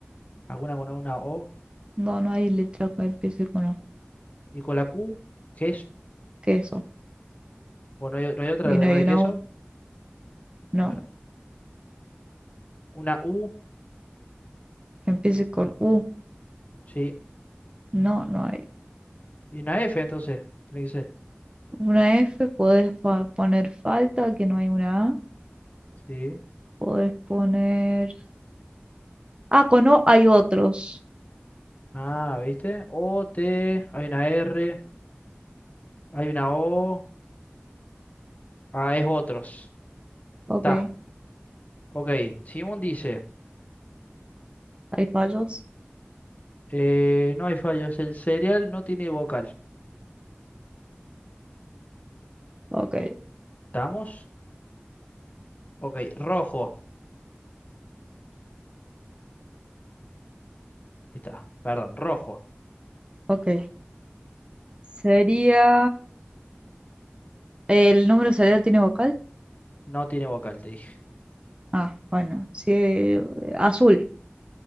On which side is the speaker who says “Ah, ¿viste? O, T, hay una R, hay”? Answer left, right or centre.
Left